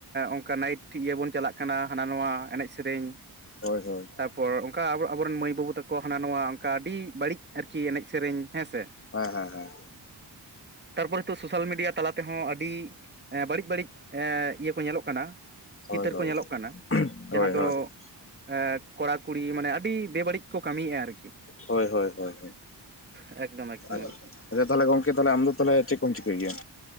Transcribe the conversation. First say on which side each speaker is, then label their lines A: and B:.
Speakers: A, on the right; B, on the left.
A: ᱚᱱᱠᱟ ᱱᱟᱭᱤᱴ ᱴᱷᱤᱠ ᱵᱚᱱ ᱪᱟᱞᱟᱼᱜ ᱠᱟᱱᱟ᱾ ᱠᱟᱱᱟ, ᱦᱟᱱᱟ, ᱱᱚᱣᱟ, ᱮᱱᱮᱡ, ᱥᱮᱨᱮᱧ᱾
B: ᱦᱳᱭ, ᱦᱳᱭ
A: ᱛᱟᱯᱚᱨ ᱚᱱᱠᱟ ᱟᱵᱚ ᱟᱵᱚᱨᱮᱱ ᱢᱟᱹᱭ ᱵᱟᱹᱵᱩ ᱛᱟᱠᱚᱸ ᱦᱟᱱᱟ ᱱᱚᱣᱟ ᱚᱱᱠᱟ ᱟᱹᱰᱤ ᱵᱟᱹᱲᱤᱡ ᱟᱨᱠᱤ ᱮᱱᱮᱡ ᱥᱮᱨᱮᱧ ᱦᱮᱸ ᱥᱮ
B: ᱦᱮᱸ ᱦᱮᱸ ᱦᱮᱸ
A: ᱾ᱛᱟᱨᱯᱚᱨᱮ ᱛᱚ ᱥᱳᱥᱟᱞ ᱢᱤᱰᱤᱭᱟ ᱛᱟᱞᱟ ᱛᱮᱦᱚᱸ ᱟᱹᱰᱤ ᱵᱟᱹᱲᱤᱡ, ᱵᱟᱹᱲᱤᱡ ᱦᱮᱸ ᱤᱭᱟᱹ ᱠᱚ ᱧᱮᱞᱚᱜ ᱠᱟᱱᱟ᱾
B: ᱦᱳᱭ
A: ᱪᱤᱛᱟᱹᱨ
B: ᱦᱳᱭ
A: ᱠᱚ ᱧᱮᱞᱚᱜ ᱠᱟᱱᱟ᱾
B: ᱦᱳᱭ
A: ᱡᱟᱦᱟᱸ ᱫᱚ
B: ᱦᱳᱭ
A: ᱮ ᱠᱚᱲᱟ, ᱠᱩᱲᱤ ᱢᱟᱱᱮ ᱟᱹᱰᱤ ᱵᱮᱵᱟᱹᱲᱤᱡᱽ ᱠᱚ ᱠᱟᱹᱢᱤᱭᱮ ᱟᱨᱠᱤ
B: ᱦᱳᱭ, ᱦᱳᱭ, ᱦᱳᱭ
A: ᱮᱠᱫᱚᱢ ᱮᱠᱫᱚᱢ
B: ᱟᱪᱪᱷᱟ
A: ᱮᱠᱫᱚᱢ
B: ᱛᱟᱦᱮ ᱜᱚᱝᱠᱮ ᱟᱢ ᱫᱚ ᱛᱟᱦᱚᱞᱮ ᱪᱤᱠᱚᱢ ᱪᱤᱠᱟᱹᱭ ᱜᱮᱭᱟ᱾